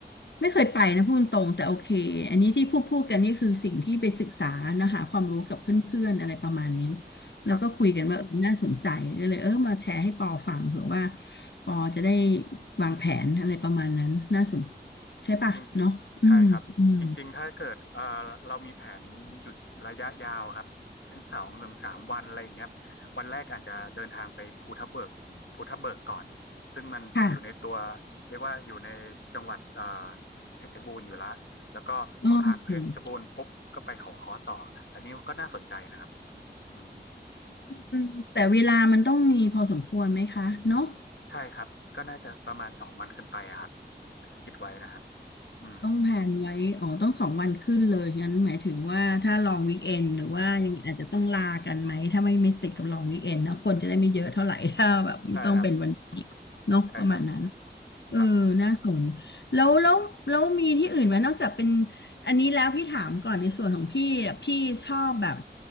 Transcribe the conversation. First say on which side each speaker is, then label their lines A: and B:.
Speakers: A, on the left; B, on the left.
A: ไม่เคยไปนะพูดตรงๆแต่โอเค อันนี้ที่พูดพูดกันนี่คือสิ่งที่ไปศึกษานะหาความรู้กับเพื่อนๆอะไรประมาณนี้แล้วก็คุยกันว่าเออน่าสนใจก็เลยเออมาแชร์ให้ปอฟังเผื่อว่า
B: ครับ
A: ปอจะได้วางแผนอะไรประมาณนั้นน่าสนใช่ป่ะเนาะอืมอืม
B: จริงใช่ครับจริงๆถ้าเกิดเอ่อเรามีแผนหยุดระยะยาวครับเช่นสองถึงสามวันอะไรอย่างเงี้ยครับวันแรกอาจจะเดินทางไปภูทับเบิกภูทับเบิกก่อนซึ่งมันอยู่ในตัว
A: ค่ะ
B: เรียกว่าอยู่ในจังหวัดเอ่อเพชรบูรณ์อยู่ละแล้วก็พอผ่านเพชรบูรณ์ปุ๊บก็ไปเขาค้อต่ออันนี้ก็น่าสนใจนะครับพี่อืม
A: โอเคอืมแต่เวลามันต้องมีพอสมควรไหมคะเนาะ
B: ใช่ครับก็น่าจะประมาณสองวันขึ้นไปอะครับที่คิดไว้นะครับอืม
A: ต้องแพลนไว้อ๋อต้องสองวันขึ้นเลยงั้นหมายถึงว่าถ้าลองวีคเอนหรือว่ายังอาจจะต้องลากันไหม ถ้าไม่ไม่ติดกับลองวีคเอนนะคนจะได้ไม่เยอะเท่าไหร่ <laughs> ถ้าแบบไม่ต้องเป็นวัน
B: ใช่ครับ
A: เนาะประมาณนั้น
B: ใช่ครับ
A: เออน่าสน
B: ครับ
A: แล้วแล้วแล้วมีที่อื่นไหมนอกจากเป็นอันนี้แล้วพี่ถามก่อนในส่วนของพี่อะพี่ชอบแบบ